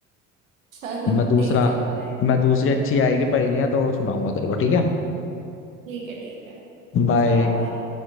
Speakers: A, on the right (about 80°); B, on the left (about 35°).
A: चलो
B: मैं दूसरा
A: ठीक है बाय
B: मैं दूसरी अच्छी आएगी पहेलियां तो वो सुनाऊंगा तेरे को ठीक है
A: ठीक है ठीक है
B: बाय
A: जाओ बाय